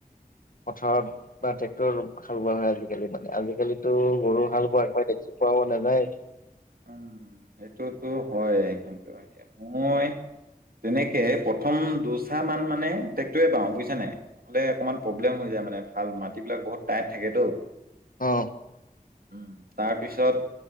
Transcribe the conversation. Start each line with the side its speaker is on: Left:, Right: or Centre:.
Left: পথাৰত? বা ট্ৰেক্টৰ হাল বোৱা হয় আজিকালি মানে আজিকালিতো গৰু হাল বোৱা একেবাৰে দেখি পোৱাও নাযায়।
Right: উম, সেইটোতো হয় কিন্তু মানে মই তেনেকে প্ৰথম দুইচাহ মান মানে ট্ৰেক্টৰে বাও বুইছা নাই? নহলে অকণমান প্ৰব্লেম হৈ যায় মানে ভাল মাটিবিলাক বহুত টাইট থাকেতো।
Left: অ
Right: উম তাৰপিছত